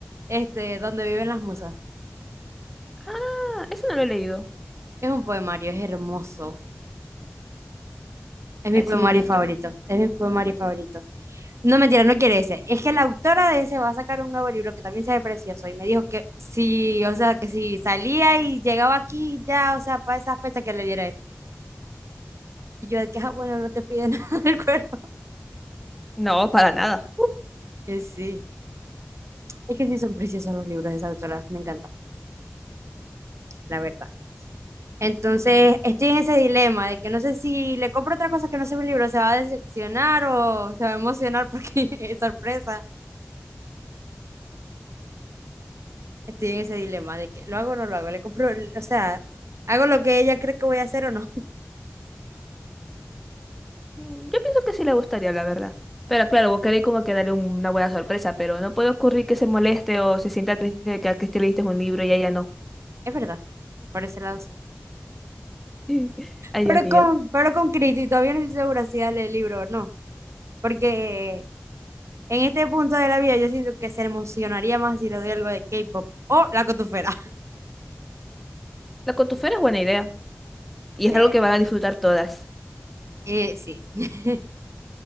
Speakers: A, on the right (about 75°); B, in the centre.
A: Este, Donde viven las musas.
B: Ah, eso no lo he leído.
A: Es un poemario, es hermoso. Es mi
B: Así
A: poemario
B: he visto.
A: favorito, es mi poemario favorito. No, mentira, no quiere ese. Es que la autora de ese va a sacar un nuevo libro que también se ve precioso y me dijo que sí, o sea, que si salía y llegaba aquí ya, o sea, para esa fecha que leyera ese. Y yo de que, ah, bueno, no te pide <laughs> nada del cuerpo.
B: No, para nada.
A: Que sí. Es que sí son preciosos los libros de esa autora, me encanta, la verdad. Entonces, estoy en ese dilema de que no sé si le compro otra cosa que no sea un libro, se va a decepcionar o se va a emocionar porque <laughs> es sorpresa. Estoy en ese dilema de que lo hago o no lo hago, le compro, o sea, hago lo que ella cree que voy a hacer o no.
B: Mm, Yo pienso que sí le gustaría, la verdad. Pero claro, vos querés como que darle un- una buena sorpresa, pero no puede ocurrir que se moleste o se sienta triste de que a Cristi le diste un libro y a ella no.
A: Es verdad, por ese lado sí.
B: <laughs> Ay,
A: Pero
B: Dios mío.
A: con, pero con Cristo, y todavía no estoy segura si darle el libro o no, porque en este punto de la vida yo siento que se emocionaría más si le doy algo de K-pop o la cotufera.
B: La contufela es buena idea.
A: Sí,
B: Y es algo que van a disfrutar todas.
A: eh, sí. <laughs>